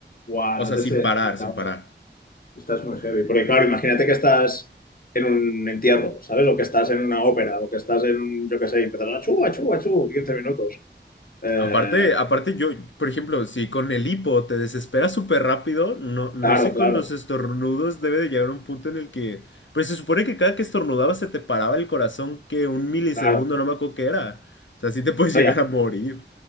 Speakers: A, on the left (about 50°); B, on the left (about 90°).
A: Guau,
B: O sea,
A: no te
B: sin
A: sé decir
B: parar, sin
A: ahora.
B: parar.
A: Estás muy heavy. Porque claro, imagínate que estás en un entierro, ¿sabes? O que estás en una ópera, o que estás en, un- yo qué sé, y empezar a chu, a chu, a chu, 15 minutos. Eh,
B: Aparte, aparte yo, por ejemplo, si con el hipo te desesperas súper rápido, no, no
A: claro,
B: sé, con
A: claro,
B: los estornudos debe de llegar un punto en el que... Pues se supone que cada que estornudabas se te paraba el corazón que un milisegundo,
A: claro.
B: no me acuerdo qué era. O sea, sí te puedes
A: No,
B: <laughs> llegar
A: y, a-
B: a morir.